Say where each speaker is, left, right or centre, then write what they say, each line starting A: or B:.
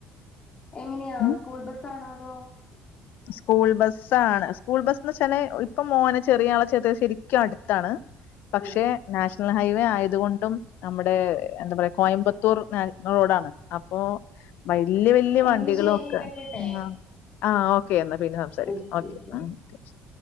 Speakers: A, on the left; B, on the left.
A: എങ്ങനെയാ
B: ഉം
A: സ്കൂൾ ബസ്സാണോ നപ്പോ <unintelligible>
B: സ്കൂൾ ബസ്സാണ് സ്കൂൾ ബസ്സെന്ന് വെച്ചാല് ഇപ്പൊ മോനെ ചെറിയ ആളെ ചേർത് ശരിക്കും അടുത്താണ് പക്ഷെ
A: ഉം
B: നാഷണൽ ഹൈവേ അങ്ങനെ ആയതുകൊണ്ടും നമ്മടെ എന്താ പറയാ കോയമ്പത്തൂർ മാ- റോഡാണ് അപ്പൊ വല്യ വല്യ വണ്ടികളൊക്കെ
A: എങ്കി ശരി വെക്കട്ടെ
B: ങ ആ ഓെ ഒക്കെന്ന് പിന്നെ സംസാരിക്കാം
A: ഉം
B: ഓക്കെ
A: ഉം
B: ആ ക്കെ